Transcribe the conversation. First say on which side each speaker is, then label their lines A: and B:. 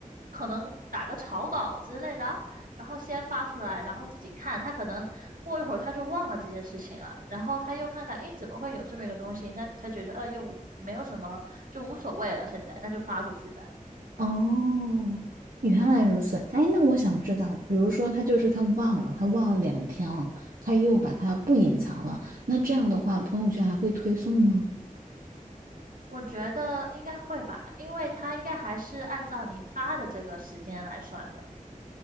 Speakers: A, on the right (about 75°); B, on the right (about 85°).
A: 可能打个草稿之类的，然后先发出来，然后自己看。他可能过一会儿他就忘了这件事情了，然后他又看看，诶，怎么会有这么一个东西？那他觉得，呃，又无没有什么，就无所谓了，现在那就发出去呗。
B: 哦，原来如此。哎，那我想知道，比如说他就是他忘了，他忘了两天了，他又把它不隐藏了，
A: 嗯，
B: 那这样的话，朋友圈还会推送吗？
A: 我觉得应该会吧，因为他应该还是按照你发的这个时间来算的。